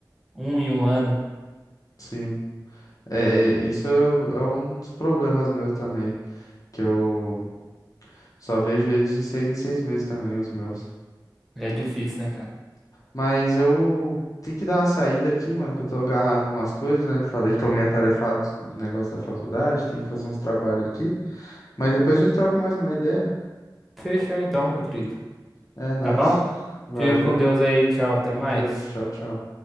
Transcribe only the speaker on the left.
Sim. É, é, isso é, é um dos problemas meu também. Que eu só vejo eles de seis em seis meses também, os meus.
Mas eu tenho que dar uma saída aqui, mano, que eu tô agarrado com umas coisas, né? Falei, tô meio atarefado com os negócios da faculdade, tenho que fazer uns trabalhos aqui. Mas depois a gente troca mais uma ideia.
É nóis.
Valeu.
Fica
com Deus. Tchau, tchau.